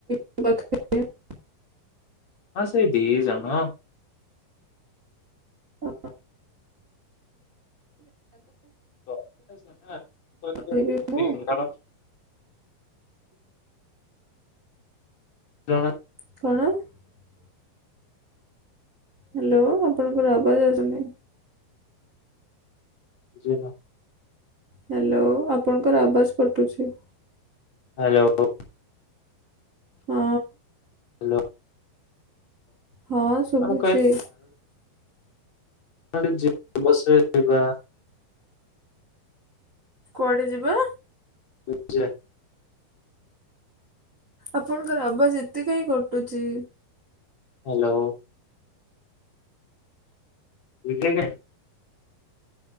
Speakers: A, on the right (about 25°); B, on the left (about 45°).
A: ବକ୍ତ
B: ଆ ସେଇ ଦେଇ ଯଣ
A: ଓ ହୋ।
B: <unintelligible>
A: କହିବି ମୁଁ
B: ଜଣ
A: <unintelligible> ହ୍ୟାଲୋ ଆପଣଙ୍କ ରାଭ ଯ ଅଉଛନ୍ତି
B: ବୁଝ ନା
A: ହ୍ୟାଲୋ ଆପଣଙ୍କର ଆବାଜ ପଟୁଛି
B: ହ୍ୟାଲୋ।
A: ହଁ।
B: ହ୍ୟାଲୋ।
A: ହଁ ଶୁବୁଚି।
B: ମୁଁ <inaudible> ବସେଇବା
A: କୁଆଡେ ଜିବା।
B: ପୁରି ଜିବା।
A: ଆପଣଙ୍କର ଆବାଜ ଏତେ କାଇଁ କଟୁଚି।
B: ହ୍ୟାଲୋ। ଲିଭେଇ ଦେ